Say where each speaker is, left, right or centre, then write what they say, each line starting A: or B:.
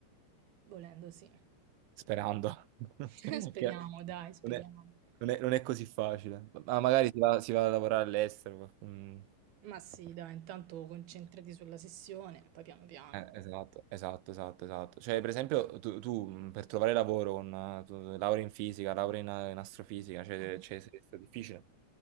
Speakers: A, on the right (about 65°); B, on the right (about 85°).
A: volendo sì.
B: Sperando. <laughs>
A: <laughs> Speriamo,
B: Che
A: dai, speriamo.
B: non è, non è- non è così facile. Ma magari si va, si va a lavorare all'estero. mm.
A: Ma sì, dai, intanto concentrati sulla sessione, poi piano piano.
B: Eh, esatto, esatto, esatto, esatto. Cioè, per esempio, tu, tu, mh, per trovare lavoro con eh, tu- laurea in fisica, laurea in, eh, in astrofisica, cioè,
A: Mhm.
B: cioè, è stato difficile.